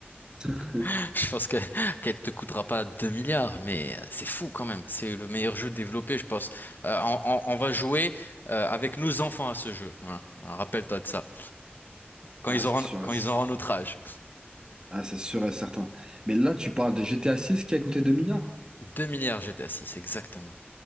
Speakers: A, on the right; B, on the left.
A: <laughs>
B: <laughs> Je pense que qu'elle te coûtera pas 2 milliards, mais euh, c'est fou quand même. C'est le meilleur jeu développé, je pense. Euh, on, on- on va jouer euh, avec nos enfants à ce jeu. hein. Rappelle-toi de ça. Quand
A: Ah,
B: ils
A: c'est
B: auront,
A: sûr,
B: quand
A: et-
B: ils auront notre âge.
A: ah, c'est sûr et certain. Mais là, tu parles de GTA 6 qui a coûté 2 milliards.
B: 2 milliards GTA six, exactement.